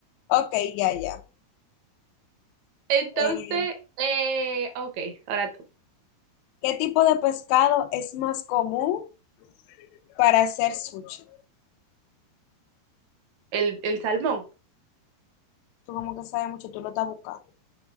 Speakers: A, on the left; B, on the right.
A: Ok, ya, ya.
B: Entonces,
A: Eh,
B: eh, ok, ahora tú.
A: ¿qué tipo de pescado es más común para hacer sushi?
B: El, el salmón.
A: Tú como que sabes mucho, tú lo estás buscando.